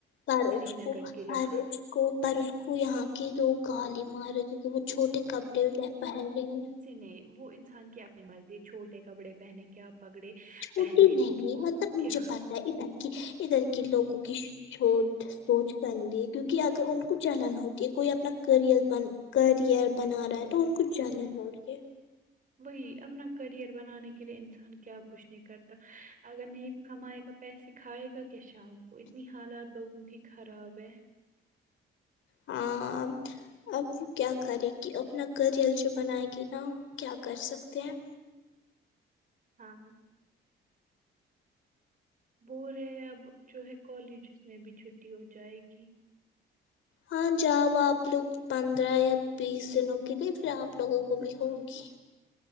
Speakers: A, on the left; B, on the right.
A: سار
B: سری
A: کو
B: نگر کے لوگ
A: سر کو پر اس کو یہاں کے لوگ گالی مار رہے کیونکہ وہ چھوٹے کپڑے جو پہن رہے ہیں
B: نے وہ انسان کی اپنی مرضی ہے چھوٹے کپڑے پہنے کیا پگڑے
A: چھوٹی
B: پہنے
A: نہیں
B: ان
A: مطلب
B: کو کیا
A: مجھے پتا ہے ادھر کی ادھر کے لوگوں کی چھوٹ سوچ گندی کیونکہ اگر ان کو جلن ہوتی ہے کوئی اپنا کریئر بن کریئر بنا رہا ہے تو ان کو جلن ہو رہی ہے
B: وہی اپنا کریئر بنانے کے لیے انسان کیا کچھ نہیں کرتا اگر نہیں کمائے گا پیسے کھائے گا کیا شام کو اتنی حالات لوگوں کی خراب ہے
A: ہاں اب وہ کیا کرے گی اپنا کریئر جو بنائے گی نا کیا کر سکتے ہیں
B: ہاں بول رہے اب جو ہے کالجز میں بھی چھٹی ہو جائے گی
A: ہاں جاؤ آپ لوگ پندرہ یا بیس دنوں کے لیے پھر آپ لوگوں کو بھی ہوگی